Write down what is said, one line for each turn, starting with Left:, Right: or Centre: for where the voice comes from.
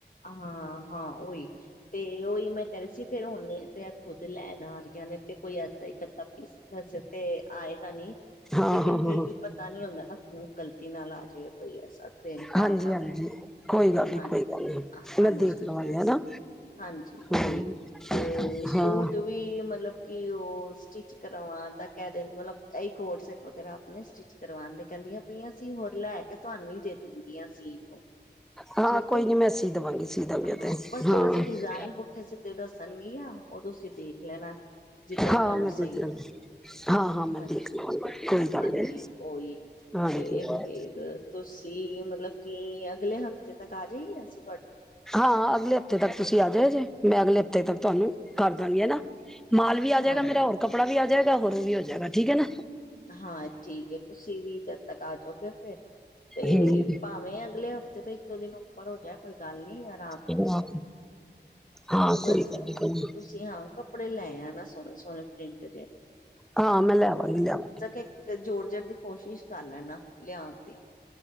Left: ਹਾਂ ਹਾਂ ਓਹੀ ਤੇ ਉਹੀ ਮੈਂ ਕਹਿ ਰਹੀ ਸੀ ਫਿਰ ਉਹਨੇ ਤੇ ਖੁੱਦ ਲੈਣ ਆ ਰਹੀਆਂ ਨੇ ਤੇ ਕੋਈ ਐਸਾ ਹੀ ਅੱਧਾ ਪੀਸ ਤੇ ਆਏ ਪਤਾ ਨੀ
Centre: ਹਾਂ
Left: ਲੇਕਿਨ
Centre: ਹਾਂ
Left: ਫੇਿਰ
Centre: ਹਾਂ ਹਾਂ
Left: ਵੀ ਪਤਾ ਨੀ ਹੁੰਦਾ ਨਾ ਗ਼ਲਤੀ ਨਾਲ ਆ ਜਾਵੇਏ ਕੋਈ ਐਸਾ ਤੇ ਤਾਂ
Centre: ਹਾਂਜੀ
Left: ਕਰਕੇ
Centre: ਹਾਂਜੀ ਕੋਈ ਗੱਲ ਨੀ
Left: ਹਾਂ
Centre: ਕੋਈ ਗੱਲ ਨੀ
Left: ਹਾਂਜੀ
Centre: ਮੈਂ ਦੇਖ ਲਵਾਂਗੀ
Left: ਓਹੀ
Centre: ਹਨਾ
Left: ਹਾਂਜੀ ਉਓਹੀ
Centre: ਹਾਂ
Left: ਤੇ ਸੂਟ
Centre: ਹਾਂ
Left: ਵੀ ਮਤਲਬ ਕਿ ਉਹ ਸਟਿਚ ਕਰਾਵਾਂ ਦਾ ਕਹਿ ਰੈਣ ਬਲਬ ਇਹਈ ਕੋਡ ਸੈਟ ਵਗੈਰਾ ਆਪਣੇ ਸਟਿਚਿੰਗ ਕਰਵਾਦੇ ਕਹਿੰਦੀਆਂ ਪਈਆਂ ਸੀ ਹੋਰ ਲੈ ਕੇ ਤੁਹਾਨੂੰ ਹੀ ਦੇ ਦੇਣਗੀਆਂ ਸੀਨ ਨੂੰ
Centre: ਹਾਂ
Left: ਠੀਕ
Centre: ਕੋਈ
Left: ਹੈ
Centre: ਨੀ ਮੈਂ ਦੇਵਾਂਗੀ ਸੀ ਦੇਵਾਂਗੀ ਉਹ ਤੇ
Left: ਹਾਂ ਬਸ
Centre: ਹਾਂ
Left: ਥੋੜਾ ਸ ਡਿਜ਼ਾਇਨ ਪੁੱਠੇ ਸਿੱਧੇ ਦੱਸਣਗੀਆਂ ਉਹ ਤੁਸੀਂ ਦੇਖ ਲੈਣਾ ਜਿਦਾ
Centre: ਹਾਂ
Left: ਤੁਹਾਨੂੰ
Centre: ਮੈਂ
Left: ਸਹੀ
Centre: ਦੇਖ ਲਾਂਗੀ
Left: ਲੱਗੇ
Centre: ਹਾਂ ਹਾਂ ਮੈਂ
Left: ਹਾਂਜੀ
Centre: ਦੇਖ ਲਵਾਂਗੀ ਕੋਈ ਗੱਲ
Left: ਹਾਂਜੀ
Centre: ਨੀ
Left: ਉਓਹੀ
Centre: ਹਾਂਜੀ
Left: ਤੇ ਫੇਰ ਤੁਸੀਂ ਮਤਲਬ ਕੀ ਅਗਲੇ ਹਫ਼ਤੇ ਜੱਦ ਤੱਕ ਆ ਜਾਏ ਗੀ ਅਰਸ਼
Centre: ਹਾਂ ਅਗਲੇ ਹਫ਼ਤੇ ਤੱਕ ਤੁਸੀਂ ਆਜਾਏ ਜੇ ਮੈਂ ਅਗਲੇ ਹ ਤੇ ਤਾਂ ਤੁਹਾਨੂੰ ਕਰ ਦਾ ਗੀ ਹੈਣਾ ਮਾਲ ਵੀ ਆ ਜਾਏਗਾ
Left: ਹਾਂਜੀ
Centre: ਮੇਰਾ ਹੋਰ ਕੱਪੜਾ ਵੀ ਆ ਜਾਏਗਾ ਹੋਰ ਵੀ ਹੋ ਜਾਏਗਾ ਠੀਕ ਹੈ ਨਾ
Left: ਹਾਂ ਠੀਕ ਹੈ ਤੁਸੀਂ ਵੀ ਜਦ ਤੱਕ ਆ ਜਾਓਗੇ ਫੇਿਰ ਤੇ
Centre: ਹੂੰ
Left: ਭਾਵੇਂ ਅਗਲੇ ਹਫ਼ਤੇ ਦੇ ਇਕਦੋ ਦਿਨ ਉੱਪਰ ਹੋ ਜਾਏ ਕੋਈ ਗੱਲ ਨੀ ਯਾਰ
Centre: ਏਨਾ ਹਾਂ
Left: ਬਸ
Centre: ਕੋਈ ਗੱਲ ਨੀ ਕੋਈ ਗੱਲ
Left: ਤੁਸੀਂ ਹਾਂ ਕੱਪੜੇ ਲਏ ਆਣਾ ਸੋਹਣੇ ਸੋਹਣੇ ਪ੍ਰਿੰਟ ਜਹੇ
Centre: ਹਾਂ ਮੈ ਲੈ ਆਵਾਂ ਗੀ ਲੈ ਆਵਾਂ ਗੀ
Left: ਇੱਕ ਜੋਰ ਜੜ ਦੀ ਕੋਸ਼ਿਸ਼ ਕਰ ਲੈਣਾ ਲਿਆਉਣ ਦੀਂਗ